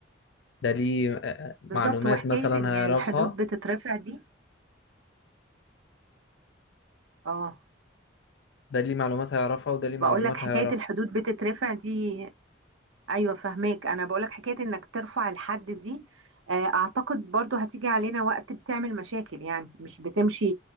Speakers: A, on the left; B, on the right.
A: ده ليه آه،
B: بالظبط
A: معلومات
B: وحكاية
A: مثلا
B: إن
A: هيعرفها
B: الحدود بتترفع دي آه
A: ده ليه معلومات هيعرفها وده ليه
B: بقول
A: معلومات
B: لك حكاية
A: هيعرفها
B: الحدود بتترفع دي أيوة فهماك أنا بقول لك حكاية إنك ترفع الحد دي آه، أعتقد برضو هتيجي علينا وقت بتعمل مشاكل يعني مش بتمشي